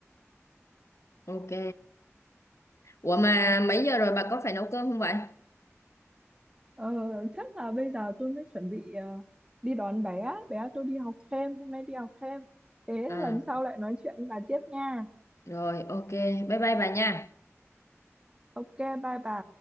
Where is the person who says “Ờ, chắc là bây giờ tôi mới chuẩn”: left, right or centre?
Right